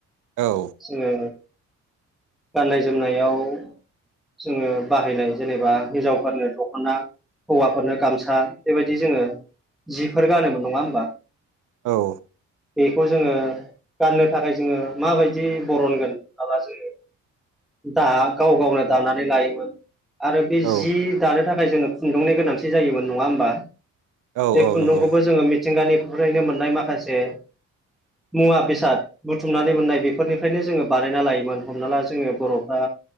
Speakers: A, on the right; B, in the centre.
A: औ
B: जोङो गाननाय जोमनायाव जोङो बाहायनाय जेनेबा हिनजावफोरनो दख'ना हौवाफोरनो गामसा बेबायदि जोङो जिफोर गानोमोन नङा होमबा?
A: औ
B: बेखौ जोङो गाननो थाखाय जोङो माबायदि बरनगोन माला जोङो दा गाव गावनो दानानै लायोमोन आरो बे
A: औ
B: जि दानो थाखाय जोंङो खुन्दुंनि गोनांथि जायोमोन नङा होमबा?
A: औ
B: बे
A: औ
B: खुन्दुंखौबो
A: नंगौ
B: जोङो मिथिंगानि फ्रायनो मोननाय माखासे मुवा बेसाद बुथुमनानै मोननाय बेफोरनिफ्रायनो जोङो बानायना लायोमोन हमना ला जोङो बर'फ्रा